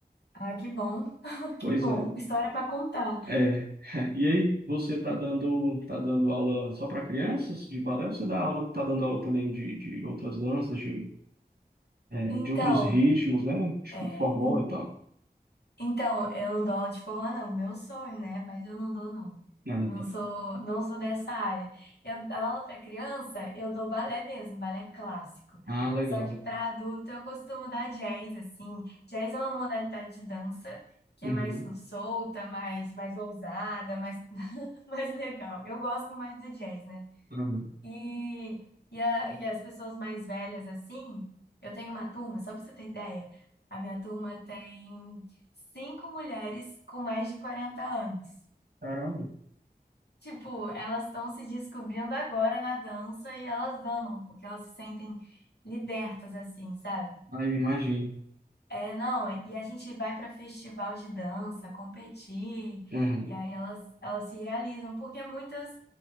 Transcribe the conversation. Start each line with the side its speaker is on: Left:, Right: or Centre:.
Left: Ai, que bom. <laughs>
Right: Pois
Left: Que bom.
Right: é.
Left: História pra contar.
Right: É. <laughs> E aí, você tá dando, tá dando aula só para crianças de balé? Ou você dá aula, tá dando aula também de, de outras danças, de, é,
Left: Então,
Right: de outros ritmos, né? Tipo
Left: é,
Right: forró e tal.
Left: Então, eu não dou aula de forró, não. Meu sonho, né? Mas eu não dou, não.
Right: Ah,
Left: Não
Right: tá.
Left: sou, não sou dessa área. Eu dou aula para criança, eu dou balé mesmo, balé clássico.
Right: Ah, legal.
Left: Só que para adulto eu costumo dar jazz, assim. Jazz é uma modalidade de dança que
Right: Uhum,
Left: é mais solta, mais, mais ousada, mais, <laughs> mais legal. Eu gosto mais do jazz, né?
Right: uhum.
Left: E, e, a- e as pessoas mais velhas, assim, eu tenho uma turma, só pra você ter ideia, a minha turma tem cinco mulheres com mais de 40 anos.
Right: Caramba.
Left: Tipo, elas estão se descobrindo agora na dança e elas amam, porque elas se sentem libertas, assim, sabe?
Right: Ah, eu imagino.
Left: É, não, é, e a gente vai para festival de dança, competir,
Right: Aham.
Left: e aí elas, elas se realizam, porque muitas